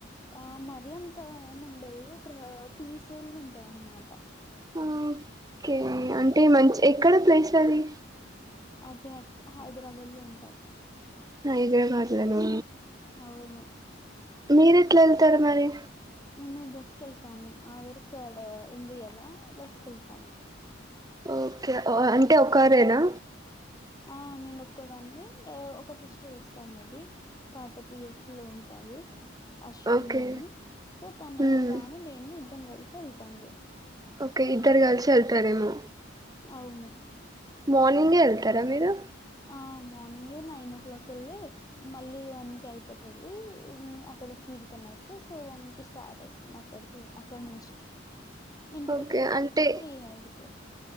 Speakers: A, on the left (about 20°); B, on the right (about 20°).
A: ఆ మరీ అంత ఏం ఉండదు ప్ర పీస్ఫుల్గుంటదన్నమాట
B: ఓకే అంటే మంచి ఎక్కడ ప్లేస్ అది
A: అదే అక్ హైదరాబాద్ లో ఉంటాది
B: హైదే మాట్లేనా
A: అవును
B: మీరెట్లెళ్తారు మరి
A: మూ నూ బస్కెళ్ తాను అవిరికాడ ఉంది కదా బస్కి వెళ్తాను
B: ఊ ఓకే ఓ అన్ టే ఒకారేనా
A: ఆ నేను ఒక్కోదాన్ని ఒక సిస్టర్ వస్తాన్నది పాత పిఎస్సి లో ఉంటది అశ్విని
B: ఓకే
A: అని సో తన
B: ఉమ్
A: తాను నేను ఇద్దరం కలిసి వెళ్ తం వరకు
B: ఓకె ఇద్దరు కలిసి వెళ్తారేమో
A: అవును
B: మార్నింగ్ ఎ వెళ్తారా మీరు
A: ఆ మార్నింగె నైన్ ఓ క్లాక్ వెళ్ళి మళ్ళీ వన్ కి అయిపోతది అక్కడ స్వీట్ తినేస్తా సో వన్ కి స్టార్ట్ అయితం అక్కడికి అక్కడ నుంచి ఇంటికి
B: ఓకె
A: వచ్చేసరికి
B: అంటె
A: త్రీ అయిపోతది